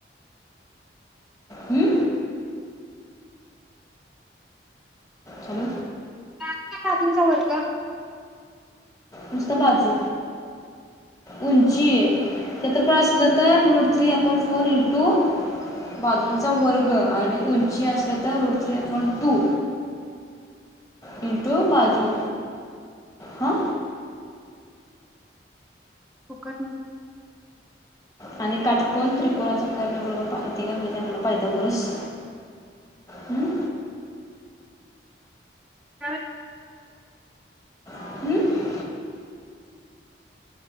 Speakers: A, on the left; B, in the centre.
A: हम्म? हॅलो
B: का बाजूंचा वर्ग.
A: नुसत बाजू, उंची, क्षेत्रफळ असलं तर root three upon four into बाजूंचा वर्ग आणि उंची असेलं तर root three upon two into बाजू, हा.
B: कुकरनी.
A: आणि काटकोण त्रिकोणाचा. कर्णबरोबर पाहता ते काय माहितीय म्हाला पायता गोरस. हम्म?
B: <unintelligible>
A: हं?